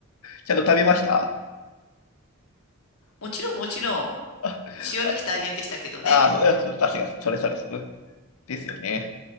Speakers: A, on the left (about 75°); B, on the left (about 80°).
A: ちゃんと食べました
B: もちろん、もちろん、
A: あ、
B: 潮抜き大変でしたけどね。
A: あ、ああ、そうそう確かに、それそれ。ですよね。